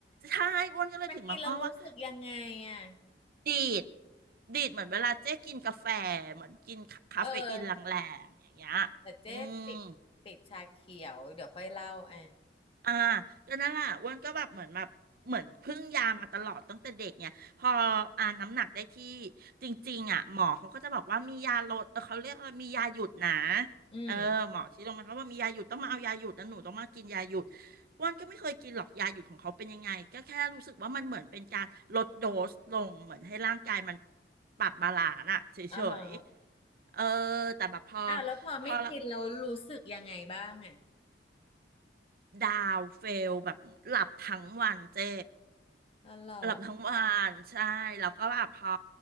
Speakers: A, on the right; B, on the left.
A: ใช่อ้วนก็เลยถึงมองอ้อว่า
B: มันกินแล้วรู้สึกยังไงอ่ะ
A: ดีดดีดเหมือนเวลาเจ๊กินกาแฟเหมือนกินคาเฟอีนแรงๆอย่างเงี้ย
B: เออแต่เจ๊ติดติดชาเขียว
A: อืม
B: เดี๋ยวค่อยเล่าอ่ะ
A: อ่าก็นั่นแหละอ้วนก็แบบเหมือนแบบเหมือนพึ่งยามาตลอดตั้งแต่เด็กเนี่ยพออ่าน้ำหนักได้ที่จริงๆอ่ะหมอเขาก็จะบอกว่ามียาลดเออเขาเรียกว่ามียาหยุดนะ
B: อืม
A: เออหมอที่โรงพยาบาลเขาบอกมียาหยุดต้องมาเอายาหยุดนะหนูต้องมากินยาหยุดอ้วนก็ไม่เคยกินหรอกยาหยุดของเขาเป็นยังไงก็แค่รู้สึกว่ามันเหมือนเป็นการลดโดสลงเหมือนให้ร่างกายมันปรับบาลานซ์อะเฉยๆเออ
B: อ๋อฮะ
A: แต่แบบพอ
B: อ้าวแล้วพอไม่กินเรารู้สึกยังไงบ้างอ่ะ
A: พอแล้วดาวเฟลแบบหลับทั้งวันเจ๊
B: อ๋อเหรอ
A: หลับทั้งวันใช่แล้วก็แบบพอ